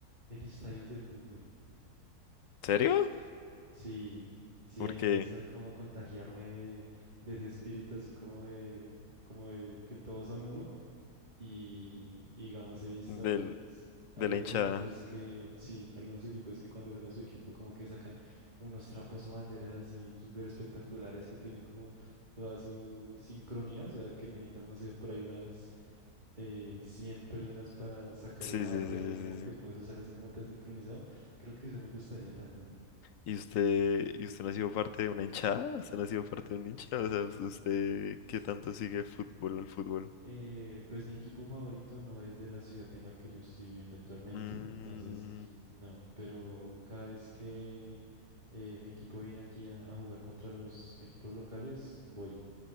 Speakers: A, on the right; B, on the left.
A: En estadios de fútbol.
B: serio?
A: Sí, sí,
B: Porque
A: a mí me gusta como contagiarme de, de ese espíritu así como de, como de que todos son uno. Y, y digamos, he visto
B: del,
A: algunos, algunos
B: de la hinchada.
A: equipos que, sí, algunos equipos que cuando juega su equipo como que sacan unos trapos o banderas así súper espectaculares que tienen como toda su sincronía, o sea, que necesitan, no sé, por ahí unas eh, 100 personas para sacar
B: Sí,
A: una
B: sí, sí,
A: bandera
B: sí,
A: y como que
B: sí. sí.
A: todo eso sale así como tan sincronizado. Creo que eso me gustaría también.
B: ¿Y usted, y usted no ha sido parte de una hinchada? ¿Usted no ha sido parte de un hincha? O sea, ¿usted qué tanto sigue fútbol al fútbol?
A: Eh, pues mi equipo favorito no es de la ciudad en la que yo estoy viviendo actualmente,
B: Mm,
A: entonces no, pero cada vez que eh, mi equipo viene aquí a, a jugar contra los equipos locales, voy.